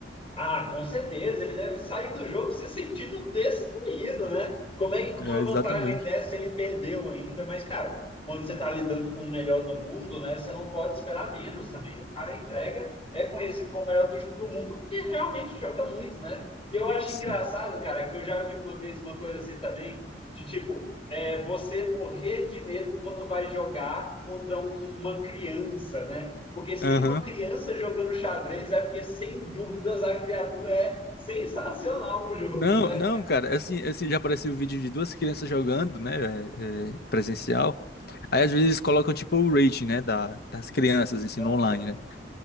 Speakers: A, on the left; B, on the left.
A: Ah, com certeza, ele deve sair do jogo se sentindo destruído, né? Como é que com
B: É,
A: uma vantagem
B: exatamente.
A: dessa ele perdeu ainda? Mas, cara, quando você tá lidando com o melhor do mundo, né? Você não pode esperar menos também. O cara entrega, é conhecido como o melhor do, do mundo porque realmente joga muito, né? E eu acho
B: Sim.
A: engraçado, cara, que eu já vi uma vez uma coisa assim também, de tipo, é, você morrer de medo quando vai jogar contra um, uma criança, né? Porque se
B: Aham.
A: tem uma criança jogando xadrez, é porque, sem dúvidas, a criatura é sensacional no jogo,
B: Não,
A: né?
B: não, cara, assim, assim, já apareceu o vídeo de duas crianças jogando, né, é, é, presencial. Aí às vezes colocam tipo o rating, né, da, das crianças, ensino
A: Aham,
B: online, né?